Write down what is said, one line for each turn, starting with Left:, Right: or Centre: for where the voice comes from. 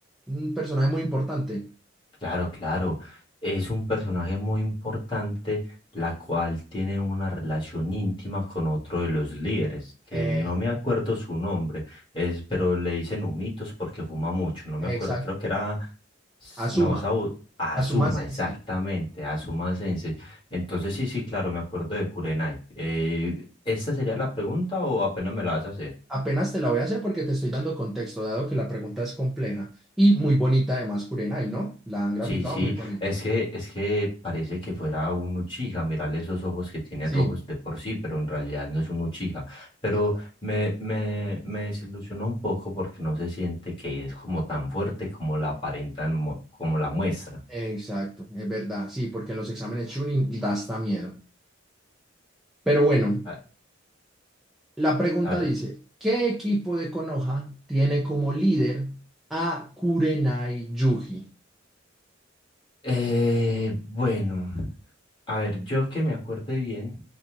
Centre: un personaje muy importante.
Left: claro, claro. Es un personaje muy importante, la cual tiene una relación íntima con otro de los líderes, que
Centre: Eh,
Left: no me acuerdo su nombre, es, pero le dicen humitos porque fuma mucho. No me
Centre: exacto,
Left: acuerdo, creo que era, s-
Centre: Asuma,
Left: no, Sabu- Azuma,
Centre: Asuma Sensei.
Left: exactamente, Azuma Sensei. Entonces, sí, sí, claro, me acuerdo de Kurenai. Eh, ¿esta sería la pregunta o apenas me la vas a hacer?
Centre: Apenas te la voy a hacer porque te estoy dando contexto, dado que la pregunta es compleja y muy bonita además, Kurenai, ¿no? La han graficado
Left: Sí, sí,
Centre: Sí, muy bonita.
Left: es que, es que parece que fuera un Uchiha, mirarle esos ojos que tiene
Centre: Sí,
Left: rojos de por sí, pero en realidad no es un Uchiha. Pero
Centre: exacto,
Left: me, me, me desilusionó un poco porque no se siente que es como tan fuerte como la aparentan, mo- como la muestra.
Centre: exacto, es verdad, sí, porque en los exámenes Chunin da hasta miedo. Pero bueno,
Left: Ah,
Centre: la pregunta
Left: Claro.
Centre: dice, ¿qué equipo de Konoha tiene como líder a Kurenai Yuji?
Left: Eh, bueno. A ver, yo que me acuerde bien,